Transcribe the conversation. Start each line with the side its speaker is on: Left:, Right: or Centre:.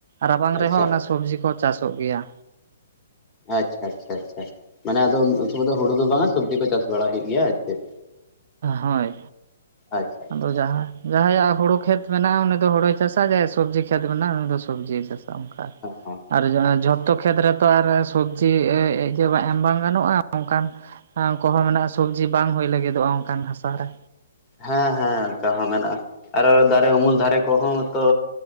Right: ᱨᱟᱵᱟᱝ
Left: ᱟᱪᱪᱷᱟ
Right: ᱨᱮᱦᱚᱸ ᱚᱱᱟ ᱥᱚᱵᱽᱡᱤ ᱠᱚ ᱪᱟᱥᱚᱜ ᱜᱮᱭᱟ
Left: ᱟᱪᱪᱷᱟ ᱟᱪᱪᱷᱟ ᱟᱪᱪᱷᱟ ᱢᱟᱱᱮ ᱟᱫᱚ ᱩᱱ ᱥᱚᱢᱚᱭ ᱫᱚ ᱦᱩᱲᱩ ᱫᱚ ᱵᱟᱝᱟ ᱥᱚᱵᱽᱡᱤ ᱠᱚ ᱪᱟᱥ ᱵᱟᱲᱟ ᱦᱩᱭᱩᱜ ᱜᱮᱭᱟ ᱟᱨ ᱪᱮᱫ
Right: ᱦᱳᱭ
Left: ᱟᱪᱪᱷᱟ ᱟᱪᱪᱷᱟ
Right: ᱟᱫᱚ ᱡᱟᱦᱟᱸ ᱡᱟᱦᱟᱸᱭᱟᱜ ᱦᱳᱲᱳ ᱠᱷᱮᱛ ᱢᱮᱱᱟᱜᱼᱟ ᱩᱱᱤ ᱫᱚ ᱦᱳᱲᱳᱭ ᱪᱟᱥᱟ, ᱡᱟᱦᱟᱸᱭᱟᱜ ᱥᱚᱵᱽᱡᱤ ᱠᱷᱮᱛ ᱢᱮᱱᱟᱜᱼᱟ ᱩᱱᱤ ᱫᱚ ᱥᱚᱵᱽᱡᱤᱭ ᱪᱟᱥᱟ᱾ ᱚᱱᱠᱟ
Left: ᱦᱮᱸ ᱦᱮᱸ
Right: ᱟᱨ ᱡᱷᱚᱛᱚ ᱠᱷᱮᱛ ᱨᱮᱛᱚ ᱟᱨ ᱥᱚᱵᱽᱡᱤ ᱮᱢ ᱵᱟᱝ ᱜᱟᱱᱚᱜᱼᱟ ᱚᱱᱠᱟᱱ ᱟᱨ ᱠᱚᱦᱚ ᱢᱮᱱᱟᱜᱼᱟ ᱥᱚᱵᱽᱡᱤ ᱵᱟᱝ ᱦᱩᱭ ᱞᱟᱹᱜᱤᱫᱚᱜᱼᱟ ᱚᱱᱠᱟᱱ ᱦᱟᱥᱟᱨᱮ
Left: ᱦᱮᱸ ᱦᱮᱸ ᱚᱱᱠᱟ ᱦᱚᱸ ᱢᱮᱱᱟᱜᱼᱟ ᱟᱨᱚ ᱫᱟᱨᱮ ᱩᱢᱩᱞ ᱫᱷᱟᱨᱮ ᱠᱚᱦᱚᱸ ᱛᱚ